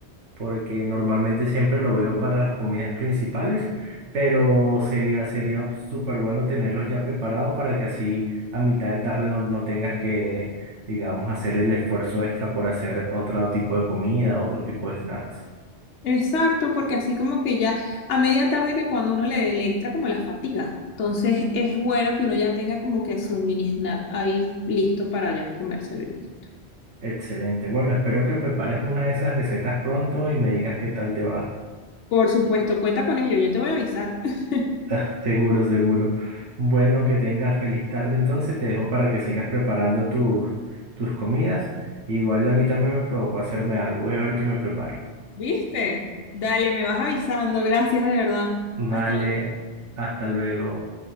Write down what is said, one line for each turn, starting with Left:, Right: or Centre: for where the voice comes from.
Right: porque normalmente siempre lo veo para las comidas principales, pero sería, sería súper bueno tenerlos ya preparados para que así a mitad de tarde no, no tengas que, digamos, hacer el esfuerzo extra por hacer otro tipo de comida, otro tipo de snacks.
Left: Exacto, porque así como que ya a media tarde que cuando uno le, le entra como la fatiga, entonces es bueno que uno ya tenga como que su mini snack ahí listo para ya comérselo. y listo.
Right: Excelente. Bueno, espero que prepares una de esas recetas pronto y me digas qué tal te va.
Left: Por supuesto, cuenta con ello, yo te voy a avisar. <laughs>
Right: <laughs> Seguro, seguro. Bueno, que tengas feliz tarde. Entonces te dejo para que sigas preparando tus, tus comidas. Igual a mí también me provocó hacerme algo. Voy a ver qué me preparo.
Left: ¿Viste? Dale, me vas avisando, gracias de verdad.
Right: Vale,
Left: Hasta
Right: hasta luego.